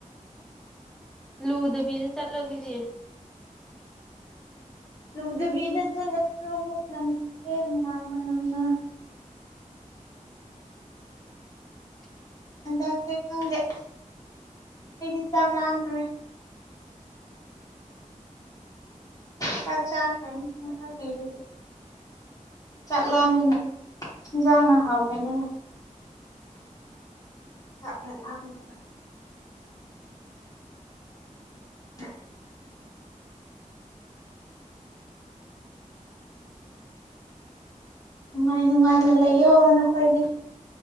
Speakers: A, in the centre; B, on the left (about 25°).
A: ꯂꯨꯗꯕꯤꯗ ꯆꯂꯣ ꯑꯗꯨꯗꯤ
B: ꯂꯨꯗꯕꯤꯗ ꯆꯠꯂꯁꯨ ꯑꯃꯨꯛ ꯅꯪꯊꯤꯋꯦ ꯍꯨꯃꯥꯡ ꯃꯅꯝꯅ
A: <inaudible>
B: ꯍꯟꯗꯛꯁꯦ ꯈꯪꯗꯦ ꯑꯩꯗꯤ ꯆꯥꯛ ꯂꯥꯝꯈ꯭ꯔꯦ ꯆꯥꯛ ꯆꯥꯈꯔꯝꯅꯦ ꯈꯪꯗꯦ ꯑꯗꯨꯗꯤ ꯆꯥꯛ ꯂꯥꯝꯗꯅ ꯏꯟꯖꯥꯡꯅ ꯍꯥꯎꯈꯔꯦꯗꯅ ꯆꯥꯛꯅ ꯂꯥꯝꯃꯤꯕ <inaudible> ꯅꯨꯡꯉꯥꯏ ꯅꯨꯡꯉꯥꯏꯅ ꯂꯩꯌꯣ ꯅꯈꯣꯏꯒꯤ